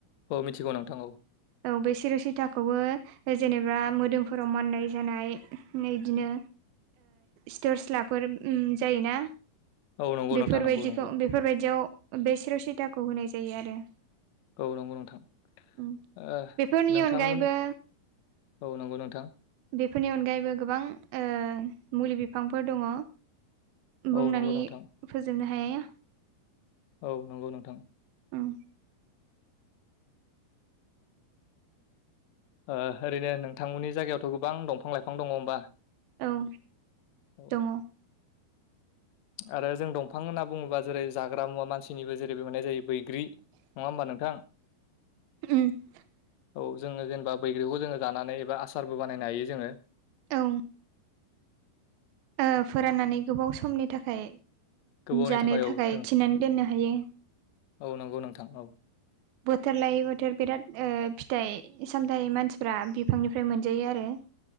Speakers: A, on the left; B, on the right.
A: औ मिथिगौ नोंथां औ
B: औ बे सिर'सिथाखौबो जेनेबा मोदोमफोराव माननाय जानाय इदिनो स्टर्स लाफोर जायोना
A: औ नंगौ
B: बेफोरबायदिखौ
A: नोंथां नंगौ नंगौ
B: बेफोरबायदियाव बे सिर' सिथाखौ होनाय जायो आरो
A: औ नंगौ नोंथां
B: उम
A: ओ
B: बेफोरनि
A: नोंथांमोन
B: अनगायैबो
A: औ नंगौ नोंथां
B: बेफोरनि अनगायैबो गोबां ओ मुलि बिफांफोर दङ बुंनानै
A: औ नंगौ नोंथां
B: फोजोबनो हाया
A: औ नंगौ नोंथां
B: उम
A: ओ ओरैनो नोंथांमोननि जायगायावथ' गोबां दंफां लाइफां दङ होमबा
B: औ
A: औ
B: दङ
A: आरो जों दंफां होनना बुङोबा जेरै जाग्रा मुवा मानसिनिबो जेरैबो मोननाय जायो बैग्रि नङा होमबा नोंथां
B: औ
A: औ जोङो जेनेबा बैग्रिखौ जोङो जानानै एबा आसारबो बानायनो हायो जोङो
B: औ ओ फोराननानै गोबाव समनि थाखाय
A: गोबावनि
B: जानो थाखाय
A: औ जों
B: थिनानै दोननो हायो
A: औ नंगौ नोंथां औ
B: बोथोर लायै बोथोर बिराद फिथाइ सामथाइ मानसिफ्रा बिफांनिफ्राय मोनजायो आरो <inaudible>